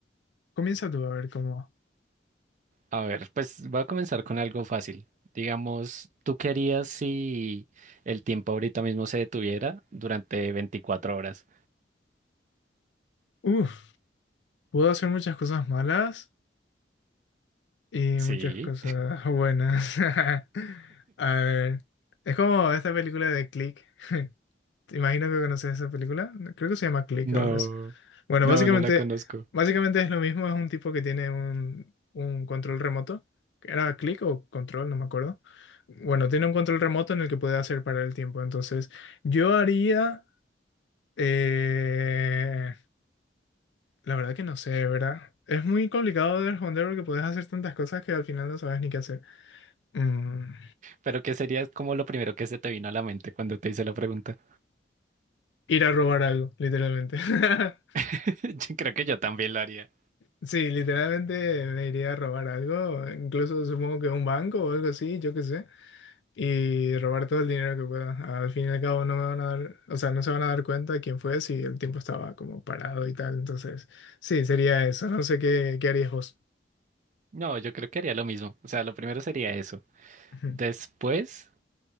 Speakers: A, on the left (about 80°); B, on the right (about 45°).
A: Comienza tú a ver cómo.
B: A ver, pues voy a comenzar con algo fácil. Digamos, ¿tú qué harías si el tiempo ahorita mismo se detuviera durante 24 horas?
A: Uf, puedo hacer muchas cosas malas y
B: Sí.
A: muchas cosas buenas. <laughs> A ver, es como esta película de Click. Te imagino que conoces esa película. Creo que se llama Click
B: No,
A: o algo así. Bueno,
B: no,
A: básicamente,
B: no la conozco.
A: básicamente es lo mismo. Es un tipo que tiene un, un control remoto. ¿Era Click o control? No me acuerdo. Bueno, tiene un control remoto en el que puede hacer parar el tiempo. Entonces, yo haría... eh, La verdad que no sé, ¿verdad? Es muy complicado de responder porque puedes hacer tantas cosas que al final no sabes ni qué hacer. Mm,
B: Pero ¿qué sería como lo primero que se te vino a la mente cuando te hice la pregunta?
A: Ir a robar algo, literalmente. <laughs>
B: <laughs> Yo creo que yo también lo haría.
A: Sí, literalmente me iría a robar algo, incluso supongo que un banco o algo así, yo qué sé, y robar todo el dinero que pueda. Al fin y al cabo no me van a dar, o sea, no se van a dar cuenta de quién fue si el tiempo estaba como parado y tal. Entonces, sí, sería eso. No sé qué, qué harías vos.
B: No, yo creo que haría lo mismo. O sea, lo primero sería eso.
A: <laughs>
B: Después,